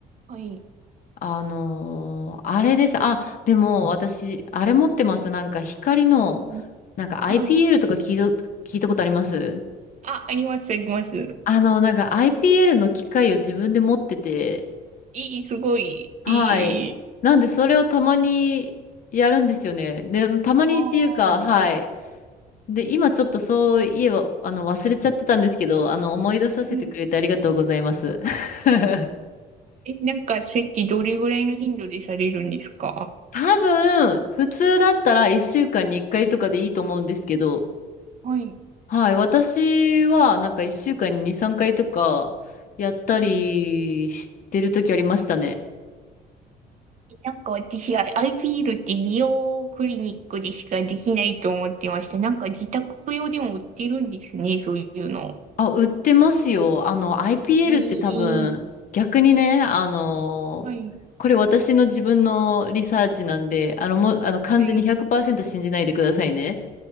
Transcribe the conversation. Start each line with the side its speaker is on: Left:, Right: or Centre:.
Right: はい、
Left: あのーあれです。あ、でも私、あれ持ってます。なんか光の、
Right: うん
Left: なんか IPL
Right: はい。
Left: とか聞いた、聞いたことあります
Right: あ、あります、あります。
Left: あの、なんか IPL の機械を自分で持ってて、
Right: いいすごい。
Left: はい。
Right: いい。
Left: なんでそれをたまにやるんですよね。で、たまにっていうか、
Right: ああ、は
Left: はい。で、今ちょっとそういえば、あの、忘れちゃってたんですけど、あの、思い出させてくれてありがとうございます。
Right: い。
Left: <laughs>
Right: え、なんか、それってどれぐらいの頻度でされるんですか
Left: 多分、普通だったら1週間に1回とかでいいと思うんですけど、
Right: はい。
Left: はい、私はなんか1週間に2、3回とかやったりしてる時ありましたね。
Right: なんか私は IPL って美容クリニックでしかできないと思ってました。なんか自宅用でも売ってるんですね、そういうの。
Left: あ、売ってますよ。あの、IPL
Right: えー、
Left: って多分、逆にね、あのーこれ私の自分のリサーチなんで、
Right: はい、
Left: あの、もう、あの、完全に100%
Right: はい。
Left: 信じないでくださいね。